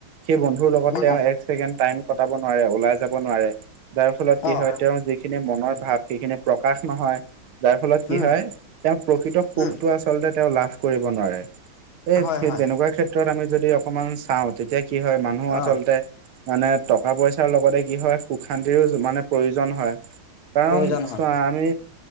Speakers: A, on the right; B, on the left.
A: সেই বন্ধুৰ লগত
B: উম,
A: তেওঁ এক ছেকেণ্ড টাইম কটাব নোৱাৰে ওলাই যাব নোৱাৰে। যাৰ ফলত কি
B: অ',
A: হয় তেওঁৰ যিখিনি মনৰ ভাৱ সেইখিনি প্ৰকাশ নহয় যাৰ ফলত কি
B: উম,
A: হয়। তেওঁ প্ৰকৃত সুখটো
B: উম,
A: আচলতে তেওঁ লাভ কৰিব নোৱাৰে। এই
B: হয়,
A: সেই
B: হয়,
A: তেনেকুৱা ক্ষেত্ৰত আমি যদি অকমান চাওঁ তেতিয়া কি হয় মানুহ আচলতে
B: অ',
A: মানে টকা পইচাৰ লগতে কি হয় সুখ শান্তিৰো মানে প্ৰয়োজন হয়। কাৰণ
B: প্ৰয়োজন হয়,
A: চোৱা আমি